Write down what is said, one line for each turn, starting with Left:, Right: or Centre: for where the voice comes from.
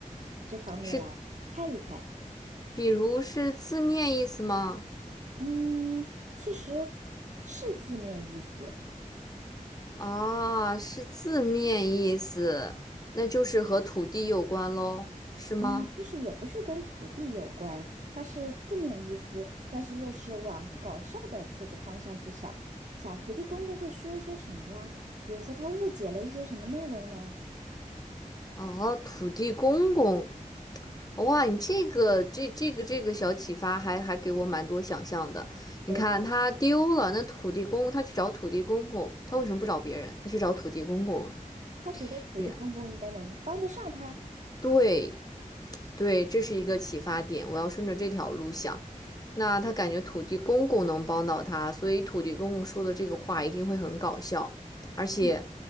Right: 这方面来猜一猜。
Left: 是比如是字面意思吗？
Right: 嗯，其实是字面意思。
Left: 啊，是字面意思，那就是和土地有关喽，是吗？
Right: 嗯，其实也不是跟土地有关，它是字面意思，但是又是往搞笑的这个方向去想。想土地公公会说一些什么呀？比如说他误解了一些什么内容呢？
Left: 哦，土地公公，哇，你这个这这个这个小启发还还给我蛮多想象的。你看他丢了，
Right: 对的，
Left: 那土地公他去找土地公公，他为什么不找别人？他去找土地公公了。
Right: 他觉得土地公公应该能帮得上他。
Left: 是啊对对，这是一个启发点，我要顺着这条路想。那他感觉土地公公能帮到他，所以土地公公说的这个话一定会很搞笑，而且
Right: 嗯。